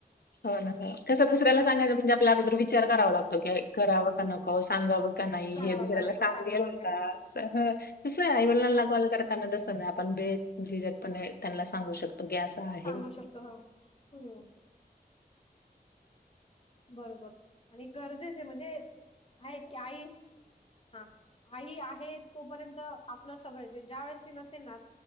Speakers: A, on the left (about 70°); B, on the left (about 35°).
A: हो ना. कसं दुसऱ्याला सगायचं म्हणजे आपल्या अगोदर विचार करावा लागतो की कराव का नको, सांगाव का नाही.
B: करावा
A: हे दुसऱ्याला
B: का नको
A: <unintelligible> <unintelligible>
B: सांगावा का नाही बरोबर
A: पण त्यांना सांगू शकतो की असं आह
B: सांगू शकतो हो हम्म बरोबर आणि गरजेचे म्हणजे आहेत की आई हा आई आहे तोपर्यंत आपलं सगळं ज्या वेळेस ती नसेल ना.